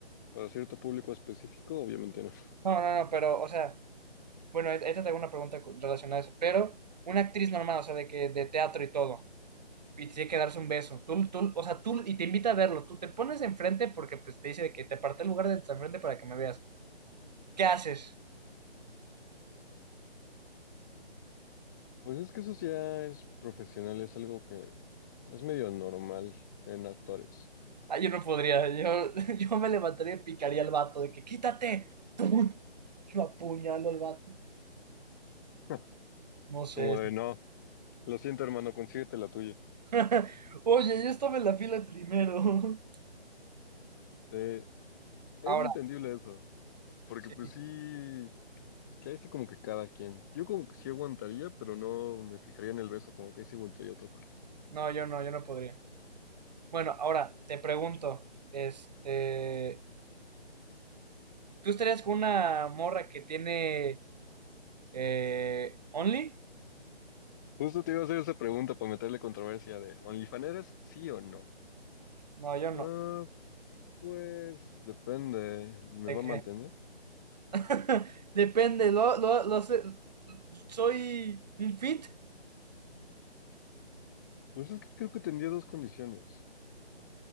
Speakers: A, on the left (about 15°); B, on the right (about 40°).
A: Para cierto público específico, obviamente no
B: No, no, no, pero, o sea, bueno, ahí ahí te tengo una pregunta cu- relacionada a eso, pero una actriz normal, o sea, de que de teatro y todo, y tiene que darse un beso, tú, tú, o sea, tú, y te invita a verlo, tú te pones enfrente porque pues te dice de que te aparté el lugar de enfrente para que me veas, ¿qué haces?
A: Pues es que eso ya es profesional, es algo que es medio normal en actores.
B: Ah, yo no podría. Yo, <laughs> yo me levantaría y picaría al vato de que quítate. ¡Pum! Lo apuñalo al vato.
A: <laughs>
B: No
A: Como
B: sé.
A: de, no, lo siento, hermano, consíguete la tuya.
B: <laughs> Oye, yo estaba en la fila primero. <laughs>
A: Eh, es
B: Ahora,
A: entendible eso, porque
B: sí.
A: pues sí, que ahí sí como que cada quien. Yo como que sí aguantaría, pero no me fijaría en el beso, como que ahí sí voltearía a otra parte.
B: No, yo no, yo no podría. Bueno, ahora te pregunto, este, ¿tú estarías con una morra que tiene eh, Only?
A: Justo te iba a hacer esa pregunta para meterle controversia de, ¿OnlyFaneras sí o no?
B: No, yo no.
A: Ah, pues depende, ¿me
B: ¿De
A: va
B: qué?
A: a mantener?
B: <laughs> Depende, lo, lo, lo sé- soy un fit.
A: Pues es que creo que tendría dos condiciones.